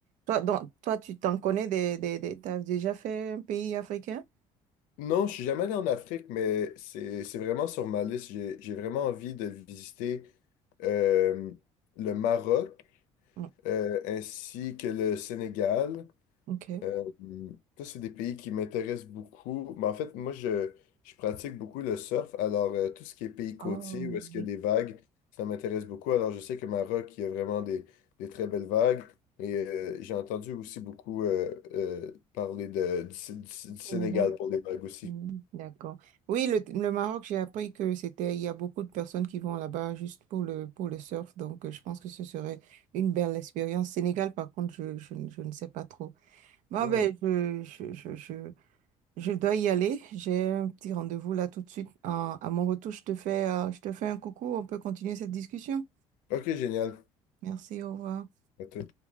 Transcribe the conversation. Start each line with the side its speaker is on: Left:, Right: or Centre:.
Right: toi. Donc, toi, tu t'en connais des, des, des- t'as déjà fait un pays africain?
Left: Non, je suis jamais allé en Afrique, mais c'est c'est vraiment sur ma liste. J'ai j'ai vraiment envie de visiter euh, le Maroc
Right: Mm,
Left: euh, ainsi que le Sénégal.
Right: Ok.
Left: Euh, ça, c'est des pays qui m'intéressent beaucoup. Mais en fait, moi, je, je pratique beaucoup le surf. Alors, euh, tout ce qui est pays côtier,
Right: Oh,
Left: où est-ce qu'il
Right: oui.
Left: y a des vagues, ça m'intéresse beaucoup. Alors, je sais que Maroc, il y a vraiment des, des très belles vagues. Et euh, j'ai entendu aussi beaucoup euh, euh, parler de, du, Sé- du Sénégal
Right: Sénégal.
Left: pour les vagues aussi.
Right: Mm, D'accord. Oui, le, le Maroc, j'ai appris que c'était, il y a beaucoup de personnes qui vont là-bas juste pour le, pour le surf, donc euh, je pense que ce serait une belle expérience. Sénégal, par contre, je, je, ne je ne sais pas trop. Bon,
Left: Ouais.
Right: ben, je, je, je, je, je dois y aller. J'ai un petit rendez-vous là tout de suite. À, à mon retour, je te fais, euh, je te fais un coucou. On peut continuer cette discussion.
Left: Ok, génial.
Right: Merci, au revoir.
Left: À tout.